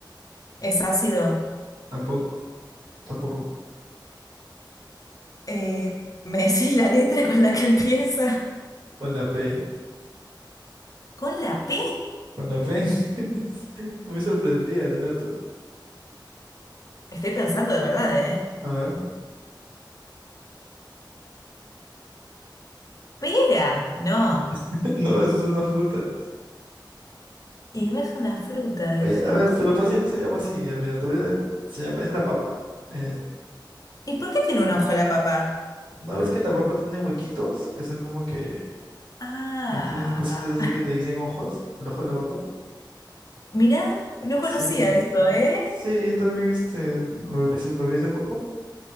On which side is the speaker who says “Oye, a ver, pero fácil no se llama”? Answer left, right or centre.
Right